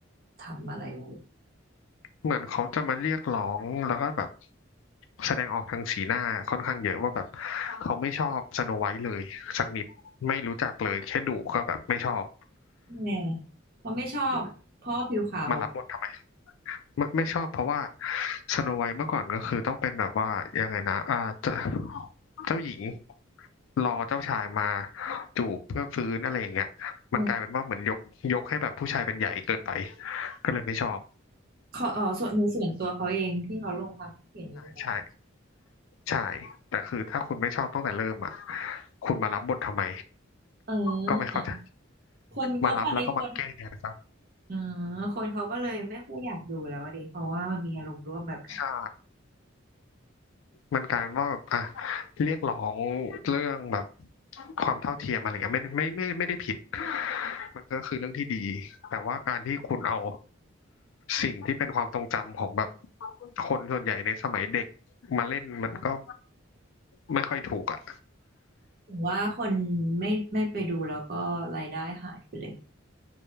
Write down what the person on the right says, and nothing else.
ทำอะไรไว้
แน่เขาไม่ชอบเพราะว่อผิวขาวอ่ะ
<laughs>
เขาเออส่วนในส่วนตัวเขาเองที่เขาลงความคิดเห็นนี้ไว้
เอ
อ คนก็คราวนี้คน
อ๋อคนเขาก็เลยไม่ค่อยอยากดูแล้วอะดิเพราะว่ามันมีอารมณ์ร่วมแบบเนี้ย
ผมว่าคนไม่ไม่ไปดูแล้วก็รายได้หายไปเลย